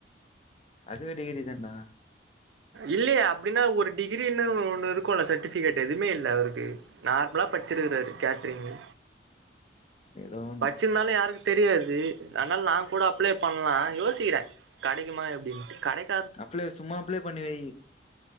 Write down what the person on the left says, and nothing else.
அதுவே டகிரி தான்டா
ஏதோ ஒன்னு
அப்ளை சும்மா அப்ளை பண்ணி வை